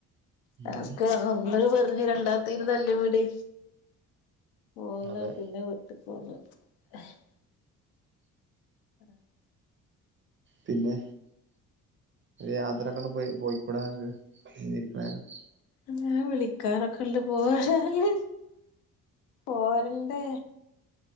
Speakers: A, on the left; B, on the right.
A: ടാസ്ക്
B: ഉം
A: ഒന്ന് പറഞ്ഞ് രണ്ടാമത്തെന് തല്ല് കൂടി പോന്ന്
B: അതെ
A: പിന്നെ ഇപ്പോലെ <unintelligible> ആഹ്‌
B: പിന്നെ യാത്രക്കെ പോയി പോയിക്കൂടായോ <unintelligible>
A: അങ്ങനെ വിളിക്കാറൊക്കെ ഉണ്ട് പോവാന് പോവണ്ടെ